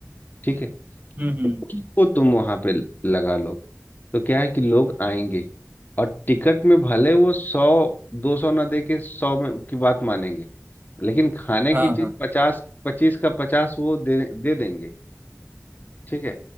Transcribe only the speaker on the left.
ठीक है
तो उसको
तुम वहाँ पे लगा लो तो क्या है कि लोग आएंगे और टिकट में भले वो सौ दो सौ ना दे के सौ में की बात मानेंगे लेकिन खाने
की चीज
पचास पच्चीस का पचास वो दे दे देंगे ठीक है